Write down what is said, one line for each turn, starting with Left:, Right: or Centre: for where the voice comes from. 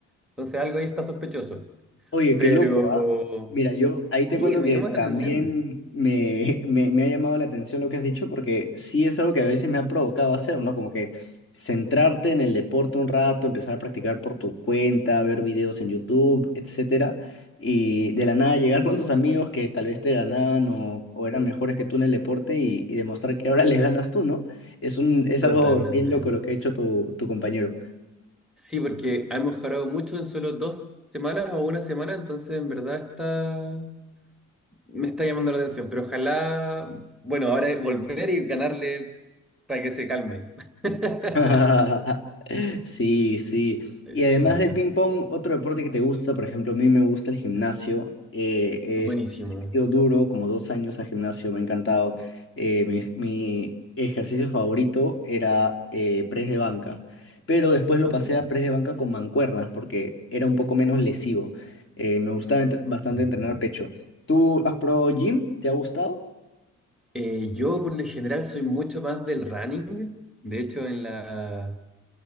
Centre: entonces algo ahí está sospechoso,
Left: Oye,
Centre: pero
Left: qué loco, ¿ah? Mira, yo ahí
Centre: sí,
Left: te cuento
Centre: me
Left: que
Centre: llama
Left: también
Centre: la atención.
Left: me, <laughs> me, me ha llamado la atención lo que has dicho, porque sí es algo que a veces me ha provocado hacer, ¿no? Como que centrarte en el deporte un rato, empezar a practicar por tu cuenta, ver videos en YouTube, etcétera, y de la nada llegar con tus amigos que tal vez te ganaban o, o eran mejores que tú en el deporte y, y demostrar que ahora <laughs> les ganas tú, ¿no? Es un, es
Centre: Totalmente.
Left: algo bien loco lo que ha hecho tu, tu compañero.
Centre: Sí, porque ha mejorado mucho en solo dos semanas o una semana, entonces en verdad está, me está llamando la atención, pero ojalá, bueno, ahora es volver y ganarle para que se calme. <laughs>
Left: <laughs> Sí, sí. Y
Centre: Sí,
Left: además del ping pong, otro deporte que te gusta, por ejemplo, a mí me gusta el gimnasio. Eh,
Centre: buenísimo.
Left: es, le he metido duro, como dos años al gimnasio, me ha encantado. Eh, mi, mi ejercicio favorito era eh, press de banca, pero después lo
Centre: Ok.
Left: pasé a press de banca con mancuernas porque era un poco menos lesivo. Eh, me gustaba ent- bastante
Centre: Mm.
Left: entrenar pecho. ¿Tú has probado gym? ¿Te ha gustado?
Centre: Eh, yo por lo general soy mucho más del running, de hecho en la,